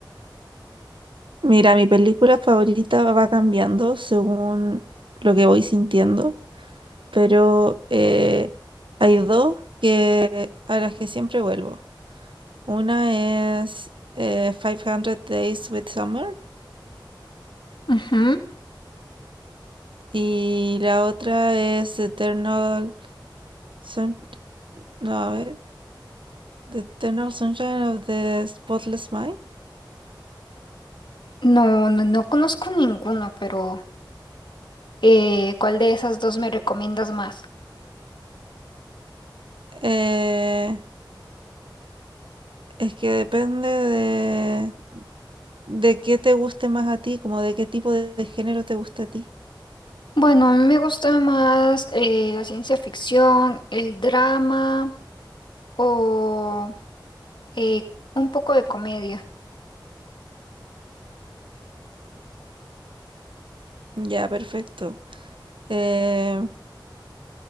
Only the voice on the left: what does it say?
Ujú.
No, no, no conozco ninguna, pero eh, ¿cuál de esas dos me recomiendas más?
Bueno, a mí me gusta más eh, la ciencia ficción, el drama o eh, un poco de comedia.